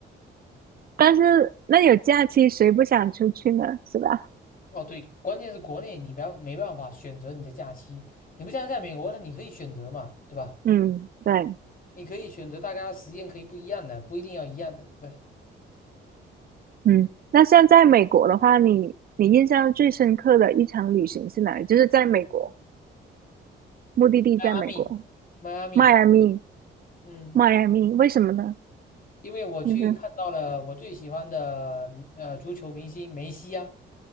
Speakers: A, on the right; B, on the left.
A: <laughs> 但是那有假期，谁不想出去呢？是吧？
B: 哦，对，关键是国内你不要没办法选择你的假期，你不像在美国，那你可以选择嘛，对吧？
A: 嗯，对，
B: 你可以选择大家时间可以不一样的，不一定要一样的，对吧？
A: 嗯。那像在美国的话，你你印象最深刻的一场旅行是哪里？就是在美国，目的地在美国，
B: 迈阿密，迈阿密
A: 迈阿密。
B: 嗯，
A: 迈阿密，为什么呢？
B: 因为我去看到了我最喜欢的呃足球明星梅西啊，
A: 就是